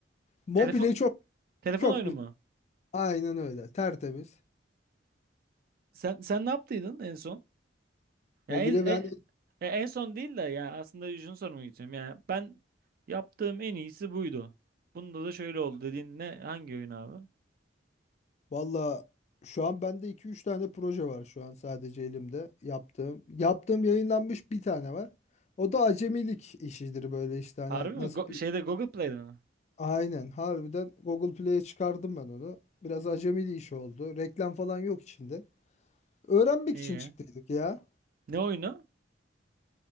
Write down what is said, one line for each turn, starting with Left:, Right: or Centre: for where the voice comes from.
Left: Mobile
Right: Telefon
Left: çok
Right: telefon
Left: çok
Right: oyunu
Left: güzel.
Right: mu?
Left: Aynen öyle. Tertemiz.
Right: Sen sen ne yaptıydın en son? Ya
Left: Mobile
Right: en,
Left: ben
Right: e- e, en son değil de ya aslında şunu sormak istiyorum. Yani ben yaptığım en iyisi buydu. Bunda da şöyle oldu dediğin ne hangi oyun abi?
Left: valla şu an bende iki üç tane proje var şu an sadece elimde yaptığım. Yaptığım yayınlanmış bir tane var. O da acemilik işidir böyle işte hani
Right: Harbi mi?
Left: nasıl
Right: Go- şeyde Google Play'de mi?
Left: Aynen harbiden Google Play'e çıkardım ben onu. Biraz acemili iş oldu. Reklam falan yok içinde. Öğrenmek
Right: İyi.
Left: için çıktıydık ya.
Right: Ne oyunu?